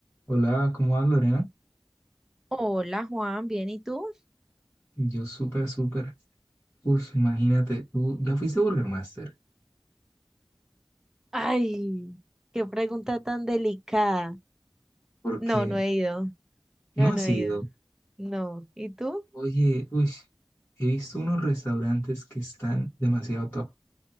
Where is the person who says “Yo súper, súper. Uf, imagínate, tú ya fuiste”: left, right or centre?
Left